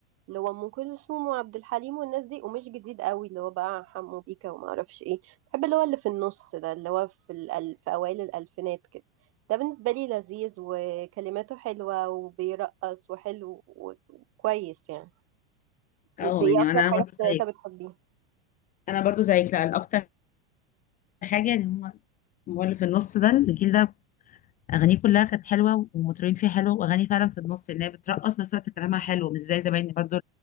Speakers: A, on the right; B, on the left.
A: اللي هو ام كلثوم وعبد الحليم والناس دي ومش جديد قوي اللي هو بقى حمو بيكا وما اعرفش ايه بحب اللي هو اللي في النص ده اللي هو في الأل... في اوائل الالفينات كده ده بالنسبة لي لذيذ وكلماته حلوة وبيرقص وحلو و- وكويس يعني
B: اه
A: انت ايه
B: يعني
A: اكتر
B: انا
A: حاجة
B: برضو
A: في التلاتة
B: زيك
A: بتحبيها
B: انا برضو زيك لا الاكتر حاجه يعني هم هو اللي في النص ده الجيل ده اغانيه كلها كانت حلوه والمطربين فيها حلوه واغاني فعلا في النص ان هي بترقص نفس الوقت كلامها حلو مش زي زمان برضو